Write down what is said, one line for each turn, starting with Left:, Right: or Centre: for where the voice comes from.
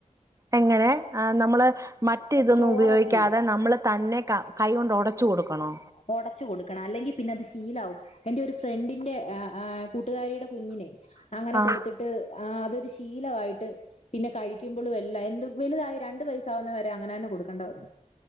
Right: എങ്ങനെ ആഹ് നമ്മള് മറ്റെ ഇതൊന്നും
Left: ചോറൊക്കെ
Right: ഉപയോഗിക്കാതെ നമ്മള് തന്നെ. കൈ കൊണ്ട് ഉടച്ച് കൊടുക്കണോ?
Left: ഉടച്ചു കൊടുക്കണം അല്ലെങ്കിൽ പിന്നെ അത് ശീലാവും. എന്റെ ഒരു ഫ്രണ്ടിന്റെ് അഹ് കൂട്ടുകാരിയുടെ കുഞ്ഞിന് അങ്ങനെ
Right: ആ
Left: കൊട്ത്തിട്ട്. ട്ട് ആഹ് അതൊരു ശീലമായിട്ട്. പിന്നെ കഴിക്കുമ്പോളും എല്ലാം എന്ത് വലുതായി രണ്ടു വൈസാവുന്നവരെ അങ്ങനെ തന്നെ കൊടുക്കേണ്ട വന്നു.